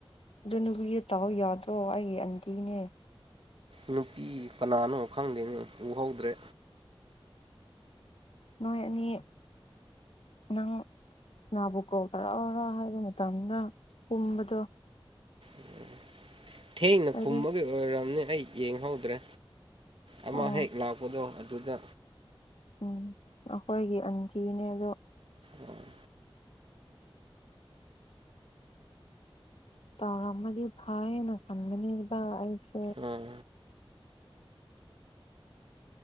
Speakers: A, on the left (about 80°); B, on the right (about 65°).
A: ꯑꯗꯨ ꯅꯨꯄꯤꯗꯣ ꯇꯥꯎ ꯌꯥꯗ꯭ꯔꯣ ꯑꯩꯒꯤ ꯑꯟꯇꯤꯅꯦ
B: ꯅꯨꯄꯤ ꯀꯅꯥꯅꯣ ꯈꯪꯗꯦꯅꯦ ꯎꯍꯧꯗ꯭ꯔꯦ
A: ꯅꯣꯏ ꯑꯅꯤ ꯅꯪ ꯀꯥꯅꯕꯨ ꯀꯣꯜ ꯇꯧꯔꯛꯑꯣꯔ ꯍꯥꯏꯕ ꯃꯇꯝꯗ ꯄꯨꯝꯕꯗꯣ
B: ꯎꯝ ꯊꯦꯡꯅ
A: ꯍꯥꯏꯗꯤ
B: ꯈꯨꯝꯕꯒꯤ ꯑꯣꯏꯔꯝꯅꯤ ꯑꯩ ꯌꯦꯡꯍꯧꯗ꯭ꯔꯦ ꯑꯃ
A: ꯑꯣ
B: ꯍꯦꯛ ꯂꯥꯛꯄꯗꯣ ꯑꯗꯨꯗ
A: ꯎꯝ ꯑꯩꯈꯣꯏꯒꯤ ꯑꯟꯇꯤꯅꯦ ꯑꯗꯣ
B: ꯑꯣ
A: ꯇꯥꯔꯝꯃꯗꯤ ꯐꯥꯏꯌꯦꯅ ꯈꯟꯕꯅꯦꯕ ꯑꯩꯁ
B: ꯎꯝ